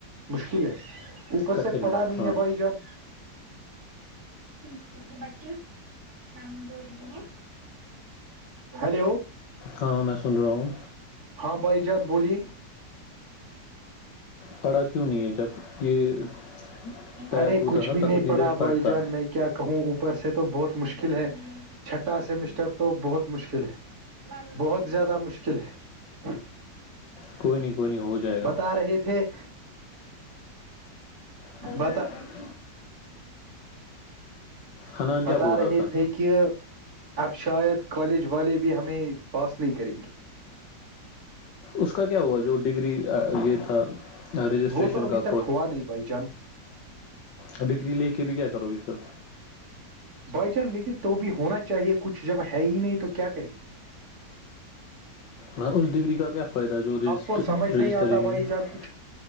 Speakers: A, on the right; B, on the left.
A: مشکل ہے اوپر
B: کٹھن
A: سے پڑا نہیں
B: ہاں
A: ہے بھائی جان ن بچ میم بول رہی ہیں ہیلو
B: ہاں میں سن رہا ہوں
A: ہاں بھائی جان بولیے
B: پڑھا کیوں نہیں ہے جب یہ پیر
A: ارے
B: ٹوٹا
A: کچھ
B: تھا
A: بھی
B: تب
A: نہیں
B: اتنی
A: پڑا
B: دیر پڑھتا
A: بھائی جان میں کیا کہوں اوپر سے بہت مشکل ہے چھٹا سیمسٹر تو بہت مشکل ہے بہت زیادہ مشکل ہے
B: کوئی نہیں کوئی نہیں ہو جائے گا
A: بتا رہے تھے
B: بڈ
A: بتا
B: رکھ حنان
A: پتاہ
B: کیا بول
A: رہی
B: رہا تھا
A: تھ ہے کہ اب شاید کالج والے بھی ہمیں پاس نہیں کریں گے
B: اس کا کیا ہوا جو ڈگری یہ تھا رجسٹریشن
A: وہ تو ابھی
B: کا
A: تک ہوا نہیں بھائی جان
B: اور ڈگری لے کے بھی کیا کرو گے پھر
A: بھائی چان لیکن تو بھی ہونا چاہیے کچھ جب ہے ہی نہیں تو کیا کری
B: ہ اس ڈگری کا کیا فائدہ ہے جو رجسٹر
A: کو سمجھ
B: رجسٹر
A: آتا
B: ہی نہیں
A: بھائی
B: ہے
A: جان کچھ